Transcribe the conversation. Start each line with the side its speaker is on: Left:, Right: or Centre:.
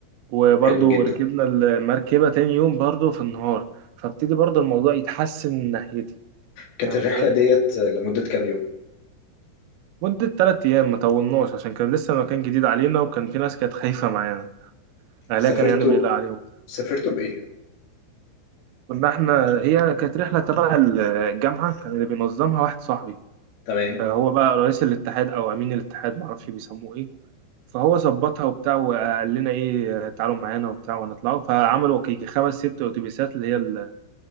Right: وبرضو
Left: حلو جدا،
Right: ركبنا المركبة تاني يوم برضو في النهار فابتدي برضو الموضوع يتحسن من ناحيتي
Left: كانت
Right: فاهم
Left: الرحلة
Right: ازاي؟
Left: ديت لمدة كام يوم؟
Right: مدة تلات أيام ما طولناش عشان كان لسه مكان جديد علينا وكان في ناس كانت خايفة معانا أهلها
Left: سافرتوا
Right: كان يعني بيقلق عليهم
Left: سافرتوا بإيه؟
Right: كنا احنا هي كانت رحلة تبع الجامعة كان اللي بينظمها واحد صاحبي
Left: تمام
Right: آه، هو بقى رئيس الاتحاد أو أمين الاتحاد معرفش بيسموه إيه فهو ظبطها وبتاع وقال لنا ايه تعالوا معانا وبتاع ونطلعوا فعملوا يجي خمس ست اتوبيسات اللي هي اللي